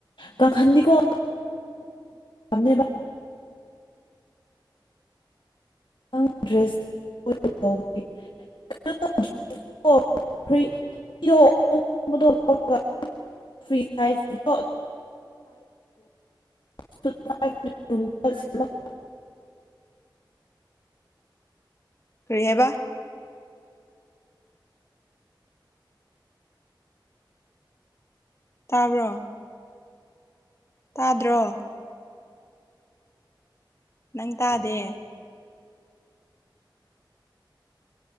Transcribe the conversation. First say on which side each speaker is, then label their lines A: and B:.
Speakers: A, on the left; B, on the left.
A: ꯀꯈꯥꯟꯗꯤ ꯀꯣ ꯊꯝꯃꯦ <inaudible> ꯈꯤꯇꯪ ꯗ꯭ꯔꯦꯁ <inaudible> <inaudible> ꯐꯔꯤ <inaudible> <inaudible>
B: ꯀꯔꯤ ꯍꯥꯏꯕ ꯇꯥꯕ꯭ꯔꯣ ꯇꯥꯗ꯭ꯔꯣ ꯅꯪ ꯇꯥꯗꯦ